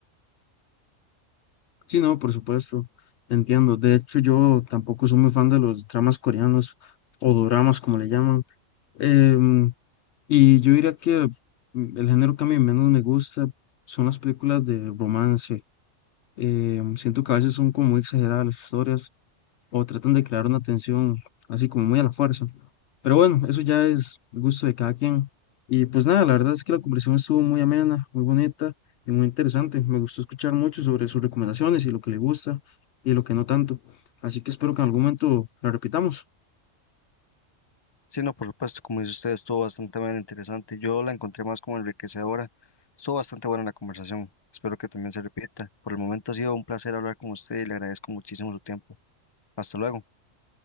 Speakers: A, on the left (about 70°); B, on the left (about 25°).
A: Sí, no, por supuesto, entiendo. De hecho, yo tampoco soy muy fan de los dramas coreanos o doramas, como le llaman. Em, y yo diría que mm, el género que a mí menos me gusta son las películas de romance. Em, siento que a veces son como muy exageradas las historias o tratan de crear una tensión así como muy a la fuerza. Pero bueno, eso ya es gusto de cada quien. Y pues nada, la verdad es que la conversación estuvo muy amena, muy bonita y muy interesante. Me gustó escuchar mucho sobre sus recomendaciones y lo que le gusta y lo que no tanto. Así que espero que en algún momento la repitamos.
B: Sí, no, por supuesto, como dice usted, estuvo bastante bien interesante. Yo la encontré más como enriquecedora. Estuvo bastante buena la conversación. Espero que también se repita. Por el momento ha sido un placer hablar con usted y le agradezco muchísimo su tiempo. Hasta luego.